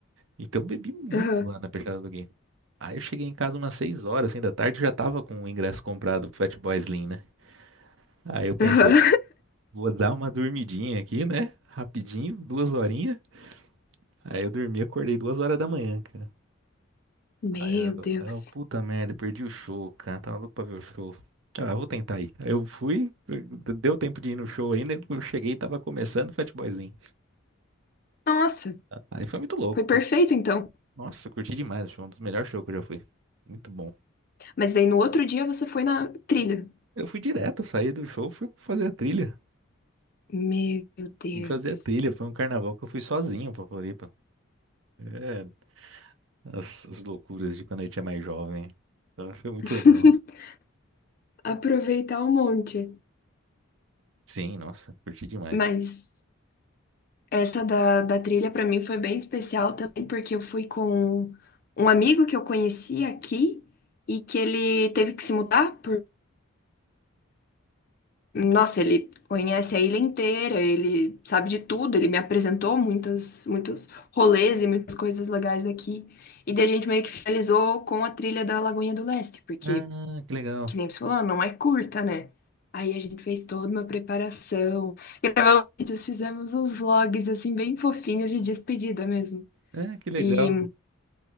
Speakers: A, on the right; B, on the left.
A: Então eu bebi muito
B: Aham.
A: lá na peixada do Gui. Aí eu cheguei em casa umas 6 horas assim, da tarde, já tava com o ingresso comprado pro Fat Boy Slim, né? Aí eu pensei,
B: Aham.
A: pô, vou dar uma dormidinha aqui, né? Rapidinho, duas horinhas. Aí eu dormi, acordei duas horas da manhã, cara.
B: Meu
A: Aí eu,
B: Deus.
A: aí eu, puta merda, perdi o show, cara. Tava louco pra ver o show. Ah, eu vou tentar ir. Aí eu fui, deu tempo de ir no show ainda. Eu cheguei e tava começando o Fat Boyzinho.
B: Nossa,
A: Aí foi muito louco.
B: foi perfeito
A: put-
B: então.
A: Nossa, eu curti demais. o Show um dos melhores shows que eu já fui. Muito bom.
B: Mas daí no outro dia você foi na trilha.
A: Eu fui direto, saí do show, fui fazer a trilha.
B: Meu Deus.
A: Fui fazer a trilha. Foi um carnaval que eu fui sozinho pra Floripa. É, as, as loucuras de quando a gente é mais jovem. Então, foi muito
B: <laughs>
A: legal.
B: Aproveitar um monte.
A: Sim, nossa, curti demais.
B: Mas. Essa da, da trilha para mim foi bem especial também, porque eu fui com um amigo que eu conheci aqui e que ele teve que se mudar por... Nossa, ele conhece a ilha inteira, ele sabe de tudo, ele me apresentou muitos, muitos rolês e muitas coisas legais aqui. E daí a gente meio que finalizou com a trilha da Lagoinha do Leste, porque,
A: Ah, que legal.
B: que nem você falou, não é curta, né? Aí a gente fez toda uma preparação, gravamos vídeos, fizemos uns vlogs, assim, bem fofinhos de despedida mesmo.
A: É, que legal.
B: E,